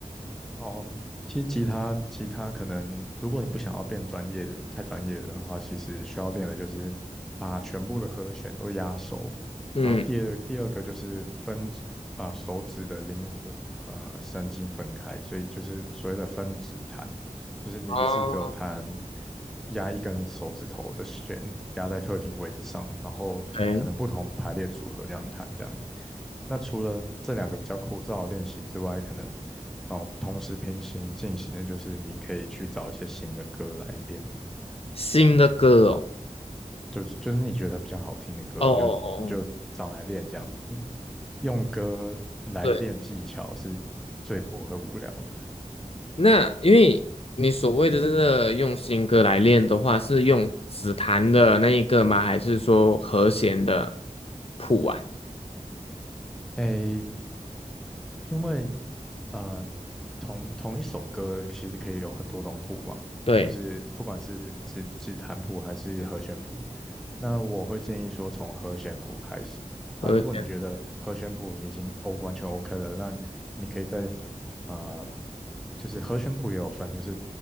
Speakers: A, in the centre; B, on the left (about 50°).
A: 哦，其实吉他吉他可能，如果你不想要变专业的太专业的话，其实需要练的就是把全部的和弦都压熟。
B: 嗯，
A: 然后第二第二个就是分指把手指的灵活呃神经分开，所以就是所谓的分指弹，就是你一次只有弹
B: 哦，
A: 压一根手指头的弦压在特定位置上，然后可能不同排列组合这样弹这样。
B: 哎，
A: 那除了这两个比较枯燥的练习之外，可能哦，同时平行进行的就是你可以去找一些新的歌来练，
B: 新的歌哦，
A: 就是就是你觉得比较好听的歌，
B: 哦哦哦，
A: 你就你就找来练这样子，<laughs> 用歌来练技巧是最不会无聊的。
B: 对，那因为你所谓的这个用新歌来练的话，是用指檀的那一个吗？还是说和弦的谱啊？
A: 诶，因为呃，同同一首歌其实可以有很多种谱嘛，
B: 对，
A: 就是不管是指指弹谱还是和弦谱。那我会建议说从和弦谱开始啊，
B: 和弦。
A: 如果你觉得和弦谱你已经 O 完全 OK 了，那你可以在呃，就是和弦谱也有分，就是